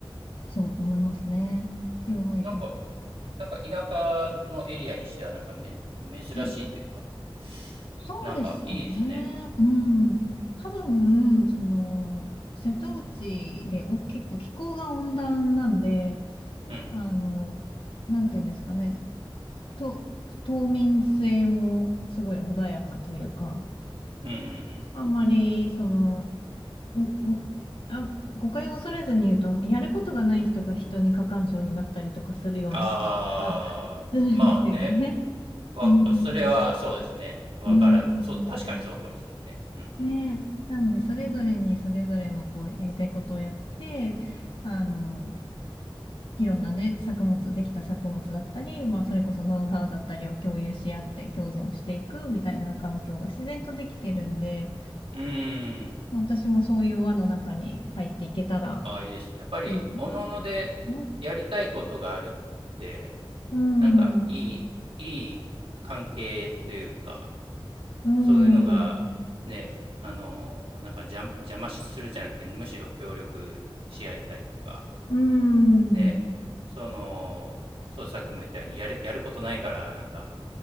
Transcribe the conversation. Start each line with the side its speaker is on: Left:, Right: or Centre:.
Left: すごく思いますね。自分もやりたい。
Right: なんか、なんか田舎のエリアにしては、なんかめ、珍しいというか、
Left: うんそうですね。
Right: なんかいいですね。
Left: うん。多分、その、瀬戸内でお、結構気候が温暖なんで、
Right: うん。
Left: あの、なんていうんですかね。と、冬眠性もすごい穏やかというか、
Right: うん、うん、うん。
Left: あんまり、
Right: うん
Left: その、う、う、あ、誤解を恐れずに言うと、やることがない人が人に過干渉になったりとかするような気が
Right: ああ、
Left: <laughs> するんですよね。
Right: まあね。
Left: <laughs>
Right: わ、
Left: うん。
Right: それはそうですね。わからん。
Left: うん。
Right: そう、確かにそうかもしれないですね。うん、
Left: ねえ。なんで、それぞれにそれぞれのこう、やりたいことをやって、あの、いろんなね、作物、できた作物だったり、まあ、それこそノウハウだったりを共有し合って共存していくみたいな環境が自然とできてるんで、
Right: うん。うーん。
Left: まあ私もそういう輪の中に入っていけたら
Right: ああ、いいですね。やっぱり、
Left: いいなって
Right: おのおのでやりたいことがあるって、
Left: ね。うん、
Right: なんかいい、
Left: うん、
Right: いい関係というか、
Left: <laughs>
Right: そういうのが、ね、あの、なんか邪魔するじゃなくて、むしろ協力し合えたりとか、
Left: うん。
Right: で、その、そう、さっきも言ったように、やる、やることないから、なんか、